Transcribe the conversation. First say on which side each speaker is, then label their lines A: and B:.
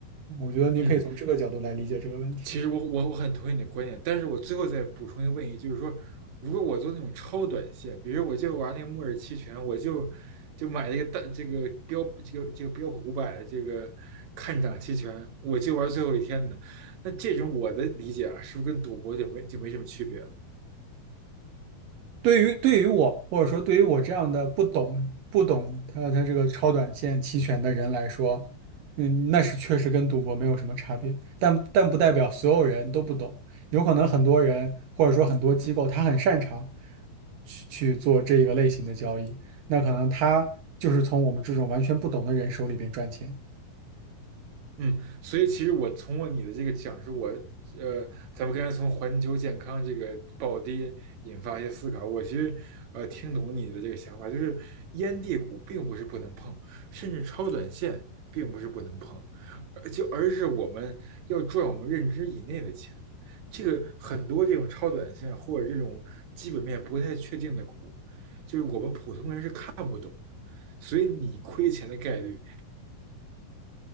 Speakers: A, on the right; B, on the right.
A: 我觉得你可以从这个角度来理解这个问题。
B: 嗯。其实我我我很同意你的观点，但是我最后再补充一个问题，就是说，如果我做那种超短线，比如我就玩那个末日期权，我就就买这个大这个标这个这个标普五百这个看涨期权，我就玩最后一天的，那这种我的理解啊，是不是跟赌博就没就没什么区别了？
A: 对于对于我，或者说对于我这样的不懂不懂他他这个超短线期权的人来说，嗯，那是确实跟赌博没有什么差别，但但不代表所有人都不懂，有可能很多人或者说很多机构他很擅长去去做这一个类型的交易，那可能他就是从我们这种完全不懂的人手里边赚钱。
B: 嗯，所以其实我从我你的这个讲述，我呃，咱们刚才从环球健康这个暴跌引发一些思考，我其实呃听懂你的这个想法，就是烟蒂股并不是不能碰，甚至超短线并不是不能碰，呃就而是我们要赚我们认知以内的钱。这个很多这种超短线或者这种基本面不太确定的股，就是我们普通人是看不懂的，所以你亏钱的概率